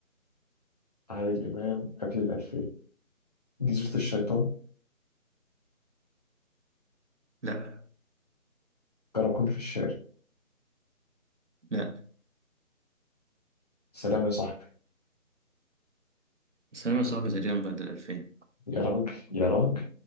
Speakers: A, on the left; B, on the right.
A: عادل إمام قبل الألفين جزيرة الشيطان
B: لا
A: كراكون في الشارع
B: لا
A: سلام يا صاحبي
B: السينما صعبة تقريبا بعد الألفين
A: يا راجل يا راجل